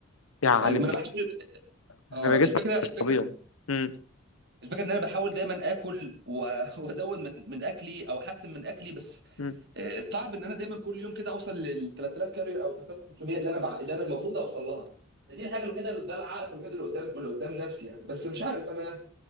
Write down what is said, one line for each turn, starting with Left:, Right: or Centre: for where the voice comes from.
Left: يعني
Right: ايوه
Left: بجد
Right: ما انا بحاول
Left: هيبقى
Right: اه
Left: جسمك
Right: الفكره الفكره
Left: مش طبيعي امم
Right: الفكره ان انا بحاول دايما اكل و- <laughs> وازود من من اكلي او احسن من اكلي بس
Left: امم
Right: آه، صعب ان انا دايما كل يوم كده اوصل لل 3000 كالوري او 3500 اللي انا بع... اللي انا المفروض اوصل لها دي الحاجه الوحيده اللي- ده العائق الوحيد اللي قدام اللي قدام نفسي يعني بس مش عارف انا